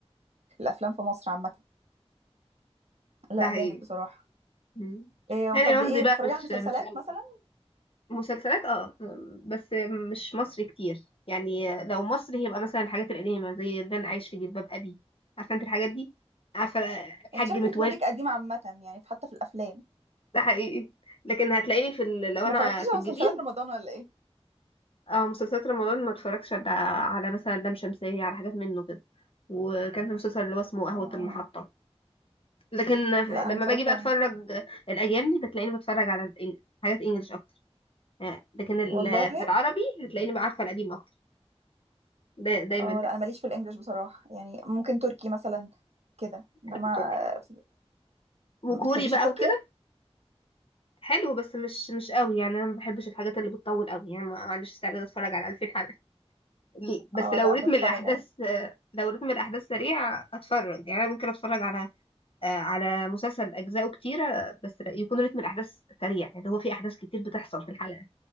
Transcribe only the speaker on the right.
الافلام في مصر عامه لا
جامد بصراحه
إيه
طب
ايه
بتتفرجي
على المسلسلات
مثلا
انت شكلك
مودك قديم عامه يعني في- حتى في الافلام
ما
اتفرجتيش
على
مسلسلات رمضان ولا ايه
اه
لا
انا اتفرجت
والله
اه
لا انا ماليش في الانجليش بصراحه يعني ممكن تركي مثلا كده
انما
آه،
بتحبيش
التركي
اه
لا
بتفرج
عادي